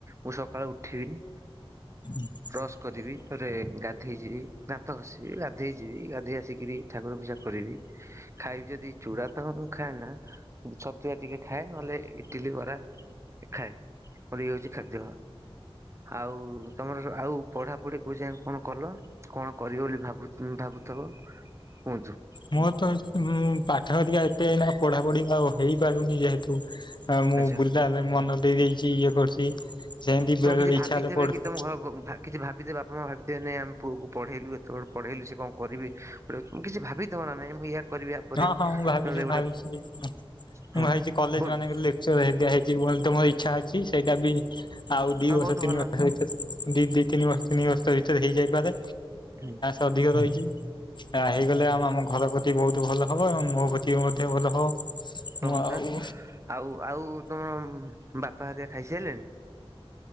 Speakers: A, on the right; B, on the left.
A: ମୁଁ ସକାଳୁ ଉଠିବି
B: <inaudible>
A: ବ୍ରସ କରିବି ରେ ଗାଧେଇଯିବି, ଦାନ୍ତ ଖସିବି, ଗାଧୋଇଯିବି, ଗାଧୋଇ ଆସିକରି ଠାକୁର ପୂଜା କରିବି। ଖାଇବି ଯଦି ଚୁଡ଼ା ତାଙ୍କ ମୁଁ ଖାଏ, ନା ଛତୁଆ ଟିକେ ଖାଏ, ନହେଲେ ଇଟିଲି ବରା ଖାଏ। ହ ହଉଛି ଖାଦ୍ୟ ଆଉ ତମର ଆଉ, ପଢାପଢି କୋଉ ଯ କଣ କଲ କଣ କରିବ ବୋଲି ଭାବୁ ଭାବୁଥିବ, କୁହନ୍ତୁ?
B: ମୋ ତ ମୁଁ ପାଠ ଧରିକା ଏତେ ନା ପଢା ପଢି ଆଉ ହେଇପାରୁନି ଯେହେତୁ, ମୁଁ
A: ଆଚ୍ଛା
B: ବୁଲା ମନ ଦେଇ ଦେଇଦେଇଚି, ଇଏ କରୁଛି, ସେମିତି
A: ତମେ
B: ବେଳେ
A: କିଛି
B: ବେଳେ
A: ଭାବିଥିବେ
B: ଇଛା ହେଲେ ପଡୁ
A: <inaudible> କିଛି ଭାବିିବେ ବାପ ମା ଭାବଥିବେ ନ ଆମ ପୁଅକୁ ପଢେଇଲୁ ପଢେଇଲି ସେ କଣ କରିବେ, ତ କିଛି ଭାବିଦବ ନା ନାଇ ମୁଁ ୟା କରିବି ୟା ପରେ
B: ହଁ
A: ନହେଲେ
B: ହଁ ମୁଁ ଭାବିଛି
A: ଗୋଟେ
B: <unintelligible> ମୁଁ
A: ହଁ
B: ଭାଇଛି କଲେଜ
A: କୁହନ୍ତୁ
B: ମାନେ ହେଇିକା ହେଇଛି ମ ତ ମୋ ଇଚଛା ଅଛି, ସେଇଟା ବି ଆଉ ଦି
A: ହଁ
B: ବର୍ଷ
A: ବହୁତ
B: ତିନି
A: ଭଲ
B: ବର୍ଷ ଭିତରେ ଦି ଦି ତିନି ବର୍ଷ ତିନି ବର୍ଷ ଭିତରେ ହେଇଯାଇପାରେ।
A: <inaudible>
B: ଅଧିକା ରହିଛି ହେଇଗଲେ ଆମ ଆମ ଘର ପ୍ରତି ବହୁତ ଭଲ ହବ। ଏବଂ ମୋ ପ୍ରତି ବି ମଧ୍ୟ ଭଲ ହବ।
A: ରହନ୍ତା
B: ମୁଁ ଆଉ
A: ଆଉ ଆଉ ତମର ବାପା ହାରିଆ ଖାଇସାରିଲେଣି?